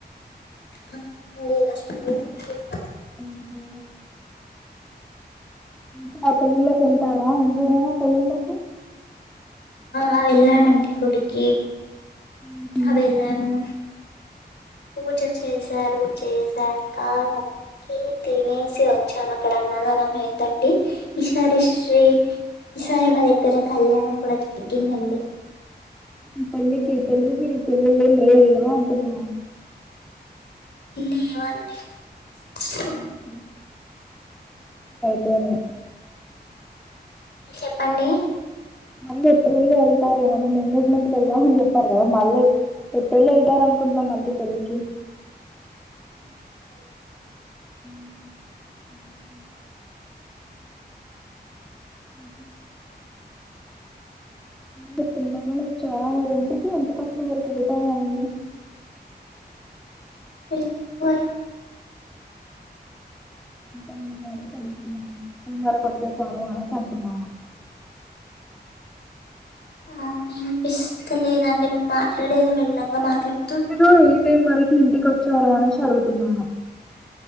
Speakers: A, on the left (about 80°); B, in the centre.
A: ఆ <unintelligible>
B: ఊహూ ఇంకా పెళ్ళిళ్ళకి వెళ్తారా ఇంకా ఏమైనా పెళ్ళిళ్ళకి
A: ఆ వెల్లము అండి కుడికి
B: ఊహూ.
A: వెల్లము పూజ చేశారు చేసాఅక్క కీ తినేసి వచ్చాం అక్కడ అన్నదనం ఏందండి ఇషారి శ్రీ ఈసారి మా దగ్గర కళ్యాణం కూడా జరిగిందండి
B: ఇప్పుడు మీకుఇ పెళ్ళికి పెళ్ళి ఏం లేవు అంటున్న
A: లేవండి సు
B: ఊహూ. అవునా
A: ఇ చెప్పండి
B: మళ్ళీ ఇప్పుడు వెళ్ళి వెళ్తారేమో అని ఎంగేజ్మెంట్ కి వెళ్ళాలి అని చెప్పారు కదా మళ్ళీ ఎ పెళ్ళి వెళ్తారు అనుకుంటాం మళ్ళీ పెళ్ళికి
A: అండి మరోజియాన్
B: ఊమ్ మ్మ్ ఉమ్మ్ అందరు తినగానే వచ్చారు అండి ఇంటికి <unintelligible> అండి
A: వెళ్ళిపోయాం
B: <inaudible> టైం వరకు వచ్చసారు అనేసి అంటున్న
A: ఆ ఇనిపిస్తలేదండి మీరు మాట్లాడేది మేల్లంగా మాట్లాడు
B: మీరు ఎయి టైమ్ వరకు ఇంటికి వచ్చార అనెసి అడుగుతున్నాను